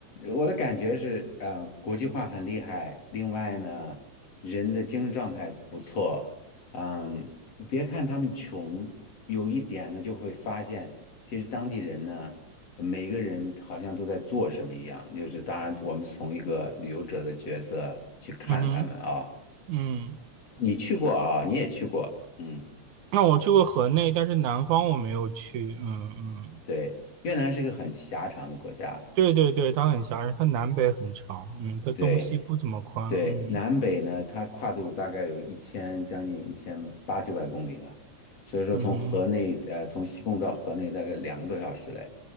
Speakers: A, on the left (about 55°); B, on the right (about 80°).
A: 我的感觉是，嗯、国际化很厉害，另外呢，人的精神状态不错，嗯，别看他们穷，有一点呢就会发现，其实当地人呢。每个人好像都在做什么一样，就是当然，我们从一个旅游者的角色去看他们啊。
B: 嗯哼嗯，
A: 你去过啊，你也去过，嗯。
B: 那我去过河内，但是南方我没有去，嗯嗯。
A: 对，越南是一个很狭长的国家，
B: 对对对，它很狭窄，它南北很长，嗯，它东西不怎么宽，
A: 对对，
B: 嗯
A: 南北呢，它跨度大概有一千将近一千八九百公里了，所以说从河内呃从西贡到河内大概两个多小时嘞，
B: 嗯哼，